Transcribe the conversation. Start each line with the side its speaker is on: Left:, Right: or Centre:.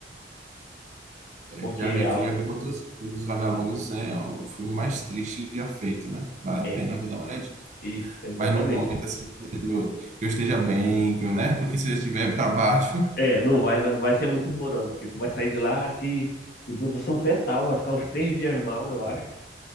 Right: É,
Left: Porque
Right: Já vi
Left: é,
Right: aqui já que botou todos os vagalumes, né? É o filme mais triste já feito, né? Vale a
Left: é,
Right: pena, vou dar uma olhadinha.
Left: isso, exatamente.
Right: Mas no momento assim que eu que eu esteja bem, que eu, né? Porque se eu já estiver para baixo,
Left: É, não vai, vai- não vai ser muito bom não, porque tu vai sair de lá assim, em posição fetal, vai ficar uns três dias mal, eu acho.